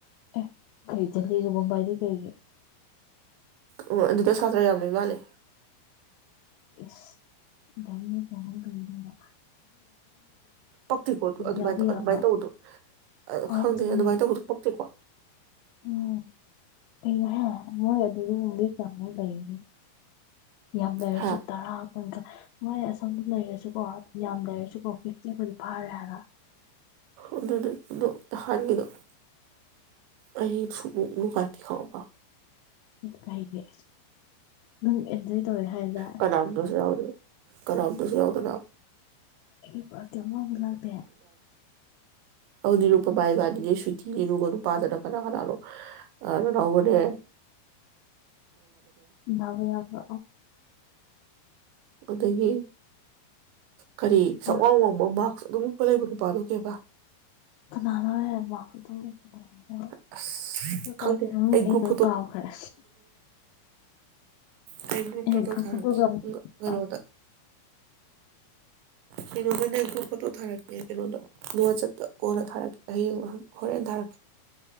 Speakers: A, on the left (about 85°); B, on the right (about 80°).
A: ꯑꯦ ꯀꯩ ꯗꯦꯜꯂꯤꯒ ꯃꯨꯝꯕꯥꯏꯗꯤ ꯀꯩꯒꯤ
B: ꯑꯗꯨ ꯑꯗꯨꯗ ꯁꯥꯇꯔꯥ ꯌꯥꯝꯝꯃꯤꯕꯥꯂꯦ
A: ꯏ ꯆꯃꯗꯅꯤꯡꯕ
B: ꯄꯛꯇꯦꯀꯣ ꯑꯗꯨ ꯑꯗꯨꯃꯥꯏꯅ
A: ꯌꯥꯎꯕ
B: ꯇꯧ
A: ꯌꯥꯕ꯭ꯔꯣ
B: ꯑꯗꯨꯃꯥꯏꯅ ꯇꯧꯕꯗꯣ
A: ꯍꯣꯏ
B: ꯈꯪꯗꯦ
A: ꯑꯗꯨꯅꯦ
B: ꯑꯗꯨꯃꯥꯏꯅ ꯇꯧꯕꯗꯣ ꯄꯛꯇꯦꯀꯣ
A: ꯎꯝ ꯄꯩꯒ ꯃꯃꯣ ꯆꯥꯡꯨ ꯂꯩꯏ ꯌꯥꯝ ꯂꯩꯥꯏꯔꯁꯨ
B: ꯍꯥ
A: ꯇꯥꯔꯥ ꯀꯀ ꯃꯣꯏ ꯁ ꯂꯩꯔꯁꯨꯀꯣ ꯌꯥꯝ ꯂꯩꯔꯁꯨꯀꯣ ꯐꯤꯐ ꯐꯥꯔꯦ ꯍꯥꯏꯕ
B: ꯑꯗꯨꯗꯤ ꯑꯗꯣ ꯅꯍꯥꯟꯒꯤꯗꯣ ꯑꯩ ꯁꯨꯛꯅꯨꯡ ꯅꯨꯡꯉꯥꯏꯇꯦ ꯈꯪꯉꯕꯥ
A: ꯀꯥꯏꯒꯤ ꯅꯪ ꯑꯦꯟꯖꯣꯏ ꯇꯧꯋꯦ ꯍꯥꯏꯗ
B: ꯀꯅꯥꯝꯇꯁꯨ ꯌꯥꯎꯗꯦ ꯀꯅꯥꯝꯇꯁꯨ ꯌꯥꯎꯗꯅ
A: ꯑꯩꯔ ꯀꯃ ꯍ ꯂꯥꯛꯗꯦ
B: ꯑꯗꯨ ꯅꯤꯔꯨꯄꯃꯥ ꯏꯕꯥꯟꯅꯤꯅꯦ ꯁ꯭ꯋꯇꯤꯅꯦ ꯑꯗꯨꯒ ꯅꯨꯄꯥꯗꯅ ꯀꯅꯥ ꯀꯅꯥꯅꯣ ꯑ ꯅꯅꯥꯎꯕꯅꯦ
A: ꯥꯕ ꯌꯥꯕ
B: ꯑꯗꯨꯗꯒꯤ ꯀꯔꯤ ꯆꯞꯋꯥꯡ
A: ꯑꯣ
B: ꯋꯥꯡꯕ ꯃꯥꯛꯁ ꯑꯗꯨꯝ ꯎꯞꯄ ꯂꯩꯕ ꯅꯨꯄꯥꯗꯣ ꯀꯩꯕ
A: ꯀꯅꯥꯅꯣ ꯍꯥꯏꯕꯣꯏ
B: ꯑꯁ ꯈꯪꯗꯦ ꯑꯩ
A: ꯑꯩꯗꯣ
B: ꯒ꯭ꯔꯨꯞ
A: ꯀꯥꯎꯈ꯭ꯔꯦ
B: ꯀꯩ
A: ꯑꯩ
B: ꯐꯣꯇꯣ
A: ꯒ꯭ꯔꯨꯞ
B: ꯊꯥꯔꯛꯀꯦ
A: ꯐꯣꯇꯣꯒ ꯑꯩꯈꯣꯏ
B: ꯑꯗꯨꯒ ꯀꯩꯅꯣꯗ ꯀꯩꯅꯣꯗꯅꯦ ꯒ꯭ꯔꯨꯞ ꯐꯣꯇꯣ ꯊꯥꯔꯛꯀꯦ ꯀꯩꯅꯣꯗ ꯀꯣꯟꯅ ꯊꯥꯔꯛ ꯍꯌꯦꯡ ꯍꯣꯔꯦꯟ ꯊꯥꯔꯛꯀꯦ